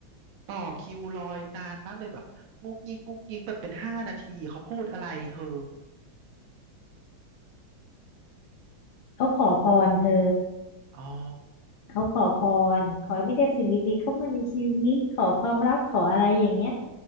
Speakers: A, on the right (about 80°); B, on the left (about 75°).
A: ต่อคิวลอยนานมากเลยแบบงกงิกงกงิกแบบเป็นห้านาทีเขาพูดอะไรเธอ
B: เขาขอพรเธอ
A: อ๋อ
B: เขาขอพรขอให้ไม่แต่ได้สิ่งดีๆเข้ามาในชีวิตขอความรักขออะไรอย่างเงี้ย